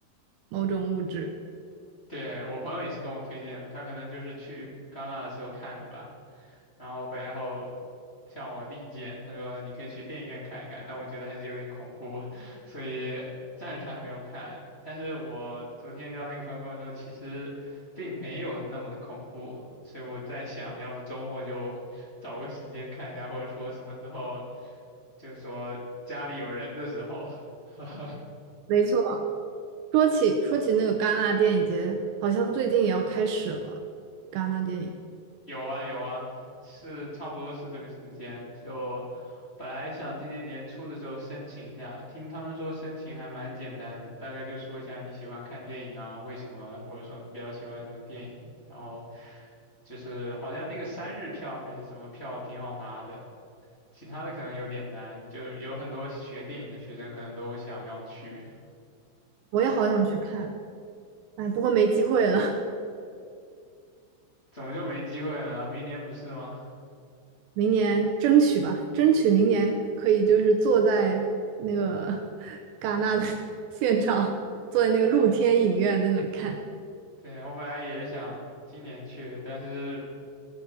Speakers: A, on the right (about 75°); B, on the left (about 15°).
A: 《某种物质》。
B: 对，我朋友也是跟我推荐，他可能就是去戛纳的时候看的吧，然后回来后向我力荐，他说你可以去电影院看一看，但我觉得还是有点恐怖啊，<laughs> 所以暂时还没有看。但是我昨天遇到那个朋友跟我说，其实并没有那么的恐怖，所以我在想，要不周末就 <laughs> 找个时间看一下，或者说什么时候，就说家里有人的时候。<laughs>
A: 没错，说起说起那个戛纳电影节，好像最近也要开始了。戛纳电影，
B: 有啊有啊，是差不多是这个时间。就本来想今年年初的时候申请一下，听他们说申请还蛮简单的，大概就说一下你喜欢看电影啊，为什么，或者说你比较喜欢什么电影。然后就是好像那个三日票还是什么票挺好拿的，其他的可能有点难，就有很多学电影的学生可能都想要去，
A: 我也好想去看，哎，不过没机会了。
B: 怎么就没机会了？明年不是吗？
A: 明年争取吧，争取明年可以就是坐在那个 <laughs> 戛纳的 <laughs> 现场，坐在那个露天影院在那看。
B: 对，我本来也是想今年去的，但是。